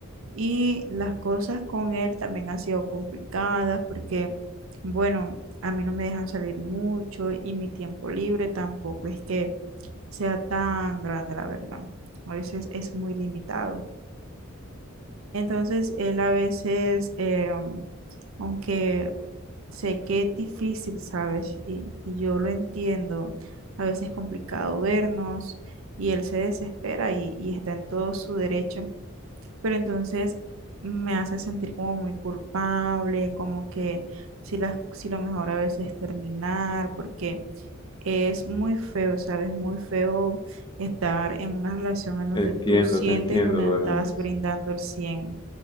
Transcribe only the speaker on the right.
y las cosas con él también han sido complicadas porque, bueno, a mí no me dejan salir mucho y mi tiempo libre tampoco es que sea tan grande, la verdad. A veces es muy limitado. Entonces, él a veces, eh, aunque sé que es difícil, ¿sabes? Y, y yo lo entiendo, a veces es complicado vernos y él se desespera y, y está en todo su derecho, pero entonces me hace sentir como muy culpable, como que si, las, si lo mejor a veces es terminar, porque es muy feo, ¿sabes? Muy feo estar en una relación en donde
tú sientes,
en donde
estás brindando el 100